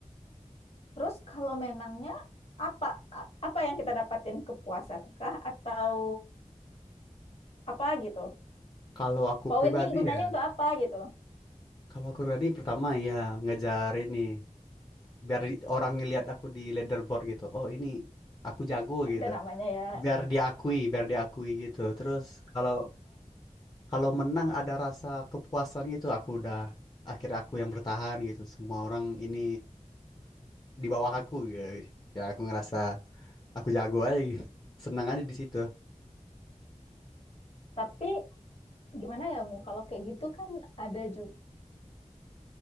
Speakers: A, on the left; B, on the left.
A: Terus kalau menangnya apa apa yang kita dapatin kepuasan kah atau apa gitu?
B: Kalau aku
A: Poin
B: pribadi
A: ini gunanya
B: ya.
A: untuk apa gitu?
B: Kalau aku tadi pertama ya ngejar ini biar di- orang ngelihat aku di leaderboard gitu. Oh ini aku jago gitu.
A: Ada namanya ya.
B: Biar diakui, biar diakui gitu. Terus kalau kalau menang ada rasa kepuasan gitu. Aku udah akhirnya aku yang bertahan gitu. Semua orang ini di bawah aku gitu. Ya aku ngerasa aku jago aja gitu. Senang aja di situ.
A: Tapi gimana ya Mu? Kalau kayak gitu kan ada juga